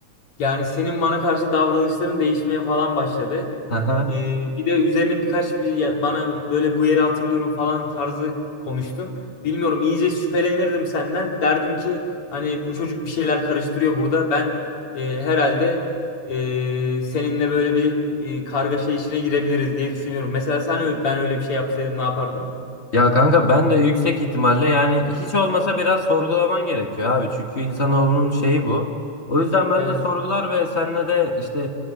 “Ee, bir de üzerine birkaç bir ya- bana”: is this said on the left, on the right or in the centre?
Left